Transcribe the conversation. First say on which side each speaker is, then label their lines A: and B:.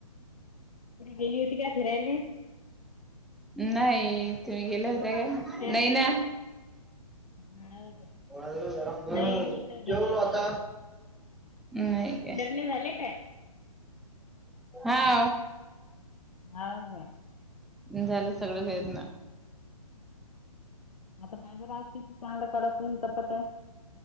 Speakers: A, on the left; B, in the centre.
A: कुठी गेली होती का फिरायला.
B: नाही तुम्ही गेल्या होत्या का
A: ते
B: नाही ना.
A: हाव काय
B: वाढलं जरा म्हणून
A: नाही मी काही गेली
B: जेवलो
A: नाही
B: आता.
A: आज.
B: नाही काय
A: धंदे झाले काय.
B: हा.
A: हाव काय.
B: झालं सगळं पेरण.
A: आता पाय <unintelligible> चांगलं कडक तपत आहे.